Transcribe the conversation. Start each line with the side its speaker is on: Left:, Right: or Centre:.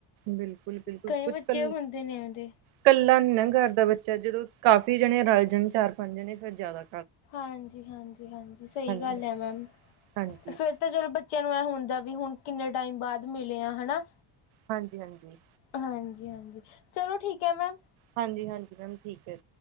Right: ਬਿਲਕੁਲ ਬਿਲਕੁਲ
Left: ਕਈ
Right: ਕੁਛ
Left: ਬੱਚੇ
Right: ਕੱਲਾ
Left: ਹੁੰਦੇ ਨੇ ਐਵੇਂ ਦੇ।
Right: ਕੱਲਾ ਨੀ ਨਾ ਕਰਦਾ ਬੱਚਾ ਜਦੋਂ ਕਾਫੀ ਜਣੇ ਰਲ ਜਾਣ ਚਾਰ ਪੰਜ ਜਣੇ ਫਿਰ ਜਾਦਾ
Left: ਹਾਂਜੀ, ਹਾਂਜੀ, ਹਾਂਜੀ ਸਹੀ
Right: ਹਾਂਜੀ,
Left: ਗੱਲ ਐ ਮੈਮ
Right: ਹਾਂਜੀ, ਹਾਂਜੀ,
Left: ਫਿਰ ਤੇ ਚਲੋ ਬੱਚਿਆਂ ਨੂੰ ਇਹ ਹੁੰਦਾ ਵੀ ਹੁਣ ਕਿੰਨੇ ਟਾਈਮ ਬਾਦ ਮਿਲੇ ਆ ਹਨਾ।
Right: ਹਾਂਜੀ-ਹਾਂਜੀ।
Left: ਹਾਂਜੀ-ਹਾਂਜੀ, ਚਲੋ ਠੀਕ ਐ ਮੈਮ।
Right: ਹਾਂਜੀ-ਹਾਂਜੀ ਮੈਮ ਠੀਕ ਐ।